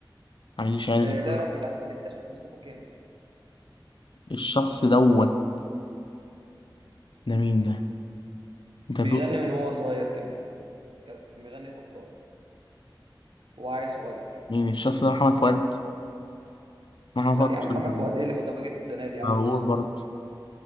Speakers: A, on the left; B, on the right.
A: عايش عادي
B: آه،
A: كده.
B: لا يا ربي لا اللي اكتشفه مصطفى كامل
A: الشخص دوت ده مين ده؟ انت
B: بيغني
A: بتقول
B: من وهو صغير كمان كان بيغني في افراح هو عيل صغير
A: مين الشخص ده محمد فؤاد محمد
B: لا يا عم محمد
A: فؤاد
B: فؤاد ايه اللي متواجد السنه دي يا
A: موجود
B: عم في مسلسل
A: برضه